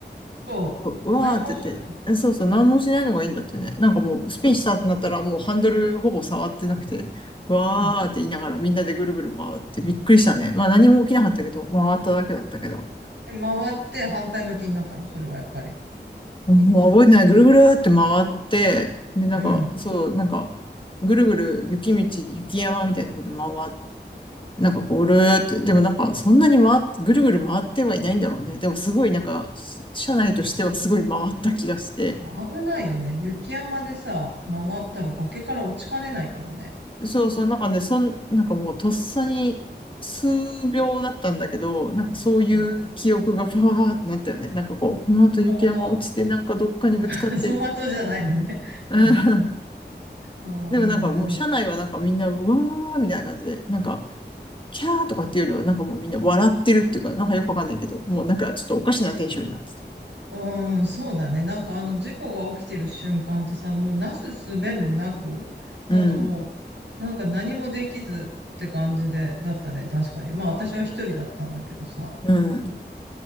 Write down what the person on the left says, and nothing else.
う、うわーって言って、
えそうそう、何もしないのがいいんだってね。なんかもう、スピンしたってなったら、もうハンドルほぼ触ってなくて、わーって言いながらみんなでぐるぐる回ってびっくりしたね。
まあ何も起きなかったけど、回っただけだったけど。
もう覚えてない。ぐるぐるって回って、で、なんか、
そう、なんか、ぐるぐる雪道、雪山みたいなとこで回っなんかこう、るーって、でもなんかそんなに回っ、ぐるぐる回ってはいないんだろうね。でもすごいなんか、社内としてはすごい回った気がして。
そうそう、なんかね、そん、なんかもうとっさに数秒だったんだけど、なんかそういう記憶がパパーってなったよね。
なんかこう、この後雪山落ちてなんかどっかにぶつかってみたい
な。
うん。
でもなんかもう社内はなんかみんな、
うわーみたいな感じで、なんか、キャーとかっていうよりはなんかもうみんな笑ってるっていうか、なんかよくわかんないけど、もうなんかちょっとおかしなテンションになってた。
うん。
うん。